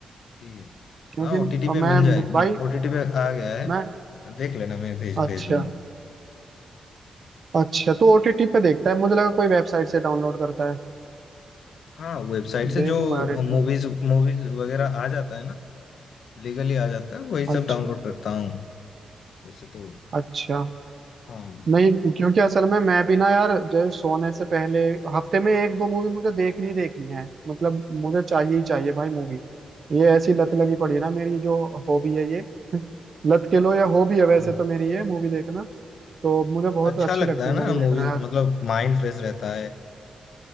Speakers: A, on the left (about 70°); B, on the right (about 45°).
A: ठीक है
B: क्योंकि
A: हाँ ओटीटी पे
B: मैं
A: मिल जाए
B: भाई
A: ओटीटी पे आ गया है
B: मैं
A: देख लेना मैं भेज
B: अच्छा
A: भेज दूंगा
B: अच्छा तो ओटीटी पे देखता है मुझे लगा कोई वेबसाइट से डाउनलोड करता है
A: हाँ वेबसाइट से
B: देखूंगा
A: जो
B: यार एक
A: मूवीज
B: बार
A: मूवीज वगैरह आ जाता है ना लीगली आ जाता है वही सब
B: अच्छा
A: डाउनलोड करता हूँ वैसे तो
B: अच्छा
A: हाँ
B: नहीं क्योंकि असल में मैं भी ना यार जो सोने से पहले हफ्ते में एक दो मूवी मुझे देखनी ही देखनी है मतलब मुझे चाहिए ही चाहिए भाई मूवी ये ऐसी लत लगी पड़ी है ना मेरी ये जो हॉबी है ये <laughs> लत के लो या हॉबी है वैसे
A: हाँ।
B: तो मेरी ये मूवी देखना तो मुझे बहुत
A: अच्छा
B: अच्छी
A: लगता
B: लगती
A: है
B: है मूवी
A: ना मूवीज
B: देखना यार
A: मतलब माइंड फ्रेश रहता है